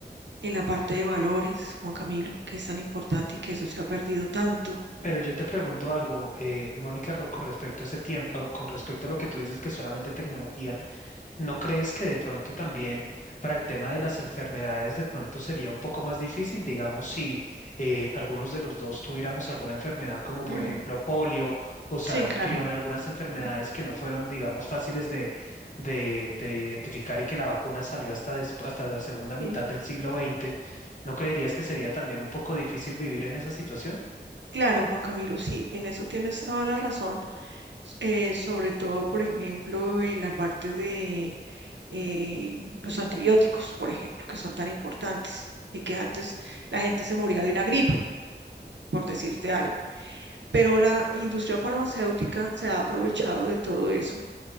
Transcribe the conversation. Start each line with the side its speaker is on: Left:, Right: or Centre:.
Right: en la parte de valores, Juan Camilo, que es tan importante y que eso se ha perdido tanto.
Left: Pero yo te pregunto algo, eh, Mónica, ro- con respecto a ese tiempo, con respecto a lo que tú dices que solamente tecnología ¿No crees que de pronto también para el tema de las enfermedades de pronto sería un poco más difícil, digamos, si eh, algunos de los dos tuviéramos alguna enfermedad como por
Right: Mm,
Left: ejemplo polio o sarampión,
Right: Sí, claro.
Left: algunas enfermedades
Right: mm.
Left: que no fueron, digamos, fáciles de, de, de identificar y que la vacuna salió hasta, desp- hasta la segunda mitad
Right: Sí,
Left: del siglo XX? ¿No creerías que sería también un poco difícil vivir en esa situación?
Right: claro, Juan Camilo, sí, en eso tienes toda la razón, eh, sobre todo, por ejemplo, en la parte de eh, los antibióticos, por ejemplo, que son tan importantes y que antes la gente se moría de una gripa, por decirte algo. Pero la industria farmacéutica se ha aprovechado de todo eso